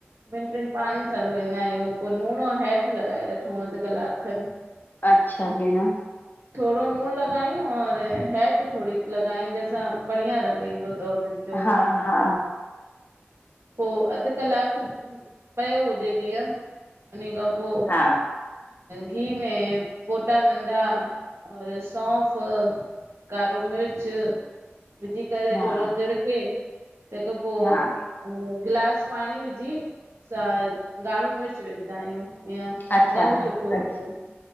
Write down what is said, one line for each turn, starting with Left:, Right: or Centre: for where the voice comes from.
Right: ॿिनि टिनि पाणीनि सां धोईंदा आहियूं पो लूणुो हैड लॻाए रखूं अधु कलाकु खनि
Left: अच्छा भेण
Right: थोरो नूणु लॻायूं र हैड थोरी लॻायूं जैसां बढ़िया रंग ईंदो अथव हुनज
Left: हा- हा
Right: पोइ अधु कलाकु पियो हुजे जीअं उन खां पोइ
Left: हा
Right: घी में फोटा नंढहा और सौंफ़ कारो मिर्च विझी करे
Left: हा
Right: थोरो तिड़के तंहिंखां पोइ
Left: हा
Right: गिलास पाणी विझी अ ॻाढ़ो मिर्च विझंदा आहियूं जिअं
Left: अच्छा
Right: रंग सुठो
Left: अछ
Right: अचे